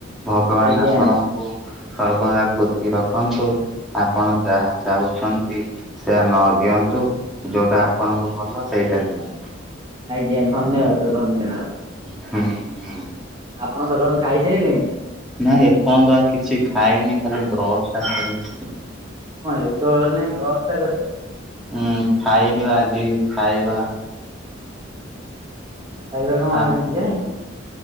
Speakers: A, in the centre; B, on the right.
A: ଭଗବାନ
B: ଆଜ୍ଞା
A: ଆପଣଙ୍କୁ ସର୍ବଦା ଖୁସି ରଖନ୍ତୁ। ଆପଣ ଯାହା ଚାହୁଁଛ ତି ସେୟା ନ ଦିଅନ୍ତୁ ଯୋଉଟା ଆପଣଙ୍କୁ ଭଲ ସେଇଟା ଦିଅ।
B: ଆଜ୍ଞା ଧନ୍ୟବାଦ ଧନ୍ୟବା
A: ହୁଁ ହୁଁ।
B: ଆପଣ ସକାଳୁ ଖାଇସାଇଲେଇଁ?
A: ନାଇଁ ଏପଅନ୍ତ ଆ କିଛି ଖାଇନି ଖାଲି ବ୍ରସ୍ ଟା କରିଚି।
B: ହଁ ଏତୋଳ ହେଲାଇଁ ବ୍ରସ୍ ଟା କରିଚ?
A: ଉଁ ଖାଇନି ବା ଆଜି ଖାଇବା।
B: ଆଇବା କଁ
A: ଆ
B: ଆଜି ଦିଆ ହେଇନି?